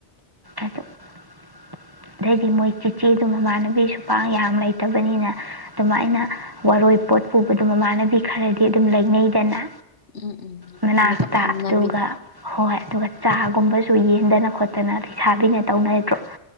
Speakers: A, on the right (about 20°); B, on the left (about 85°).
A: ꯑꯗꯩꯗꯤ ꯃꯣꯏ ꯆꯤꯆꯦꯗꯨ ꯃꯃꯥꯟꯅꯕꯤ ꯁꯄꯥꯡ ꯌꯥꯝ ꯂꯩꯇꯕꯅꯤꯅ ꯑꯗꯨꯃꯥꯏꯅꯥ ꯋꯥꯔꯣꯏ ꯄꯣꯠ ꯄꯨꯕꯗ ꯃꯃꯥꯟꯅꯕꯤ ꯈꯔꯗꯤ ꯑꯗꯨꯝ ꯂꯩꯅꯩꯗꯅ
B: ꯎꯝ ꯎꯝ
A: ꯃꯅꯥꯛꯇ
B: ꯍꯟꯗꯒ ꯐꯝꯅꯕꯤꯗ
A: ꯑꯗꯨꯒ ꯍꯣꯏ ꯑꯗꯨꯒ ꯆꯥꯒꯨꯝꯕꯁꯨ ꯌꯦꯟꯗꯅ ꯈꯣꯠꯇꯅ ꯂꯩꯁꯥꯕꯤꯅ ꯇꯧꯅꯗ꯭ꯔꯣ